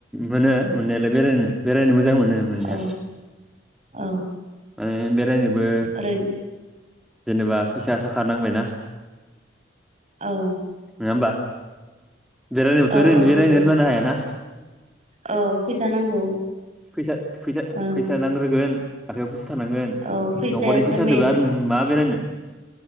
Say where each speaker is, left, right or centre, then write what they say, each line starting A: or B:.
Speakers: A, in the centre; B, on the right.
A: मोनो मोननायालाय बेरायनो बेरायनो मोजां मोनो मोननाया
B: औ औ
A: माने बेरायनोबो
B: ओरै
A: जेनेबा फैसा थाखा नांबायना
B: औ
A: नङा होमबा बेरायनोबोथ'
B: औ
A: ओरैनो
B: औ
A: बेरायनो
B: नंगौ
A: होनबानो हायाना
B: औ फैसा नांगौ
A: फैसा फैसा
B: ओं
A: फैसा नांग्रोगोन आखाइयाव फैसा थानांगोन
B: औ फैसायासो
A: न'खरनि फैसादोबो
B: मेन
A: आरो नों मा बेरायनो